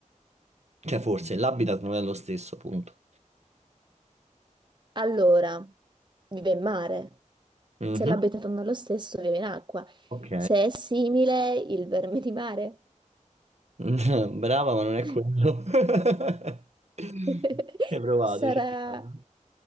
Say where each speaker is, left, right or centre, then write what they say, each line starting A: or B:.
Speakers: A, on the right; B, on the right.
A: Cioè, forse l'habitat non è lo stesso, punto.
B: allora, vive in mare.
A: Mhm,
B: Se l'habitat non è lo stesso, vive in acqua.
A: Ok.
B: Se è simile, il verme di mare.
A: <laughs> Brava, ma non è
B: <laughs>
A: quello. <laughs>
B: <laughs>
A: Ci hai provato,
B: Sarà...
A: ci hai provato.